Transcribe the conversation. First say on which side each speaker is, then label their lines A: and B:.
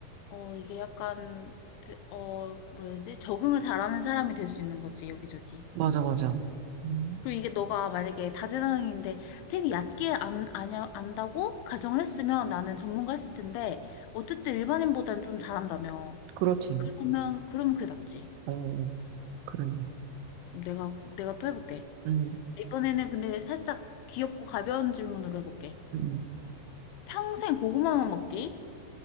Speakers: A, on the left; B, on the right.
A: 어, 이게 약간 그, 어, 뭐라 해야 되지? 적응을 잘하는 사람이 될 수 있는 거지 여기저기.
B: 맞아, 맞아. 음,
A: 네. 그리고 이게 너가 만약에 다재다능인데 되게 얕게 안, 아냐, 안다고 가정을 했으면 나는 전문가 했을 텐데 어쨌든 일반인보다는 좀 잘한다며.
B: 그렇지.
A: 그러면 그러면 그게 낫지.
B: 어, 그러네.
A: 내가 내가 또 해볼게.
B: 음,
A: 이번에는 근데 살짝 귀엽고 가벼운 질문으로 해볼게.
B: 음.
A: 평생 고구마만 먹기?